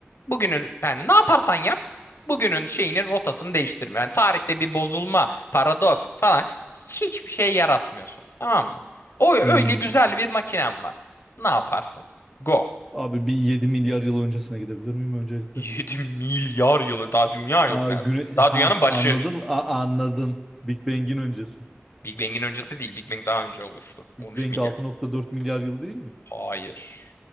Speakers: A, on the left; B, in the centre.
A: bugünün yani ne yaparsan yap bugünün şeyini rotasını değiştirmiyor. Yani tarihte bir bozulma, paradoks falan hiçbir şey yaratmıyorsun. Tamam mı? O öyle
B: Hmm.
A: güzel bir makinen var. Ne yaparsın? Go.
B: Abi bir 7 milyar yıl öncesine gidebilir miyim öncelikle?
A: 7 milyar yılı daha dünya
B: Aa,
A: yok nerede?
B: güne...
A: Daha
B: Ha
A: dünyanın başı.
B: anladın mı? Aa, anladın. Big Bang'in öncesi.
A: Big Bang'in öncesi değil. Big Bang daha önce oluştu.
B: Big
A: 13
B: Bang
A: milyar.
B: altı nokta dört milyar yıl değil mi?
A: Hayır.